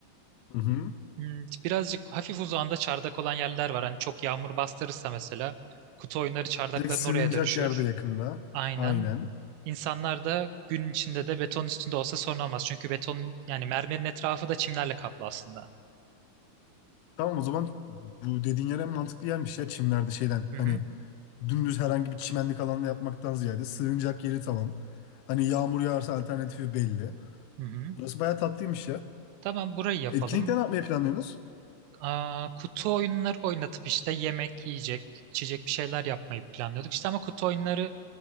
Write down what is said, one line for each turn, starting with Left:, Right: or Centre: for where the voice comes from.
Left: hı hı.
Right: Hmm, Birazcık hafif uzağında çardak olan yerler var. Hani çok yağmur bastırırsa mesela kutu oyunları çardakların
Left: Direkt sığınacak
Right: oraya dönüşür.
Left: yerde yakında.
Right: Aynen.
Left: Aynen.
Right: İnsanlar da gün içinde de beton üstünde olsa sorun olmaz. Çünkü beton yani mermerin etrafı da çimlerle kaplı aslında.
Left: Tamam o zaman bu dediğin yer en mantıklı yermiş ya çimlerde şeyden.
Right: Hı
Left: Hani
Right: hı.
Left: dümdüz herhangi bir çimenlik alanda yapmaktan ziyade sığınacak yeri tamam. Hani yağmur yağarsa alternatifi belli.
Right: Hı hı.
Left: Burası bayağı tatlıymış ya.
Right: Tamam burayı yapalım.
Left: Etkinlikte ne yapmayı planlıyorsunuz?
Right: Aa, kutu oyunları oynatıp işte yemek, yiyecek, içecek bir şeyler yapmayı planlıyorduk. İşte ama kutu oyunları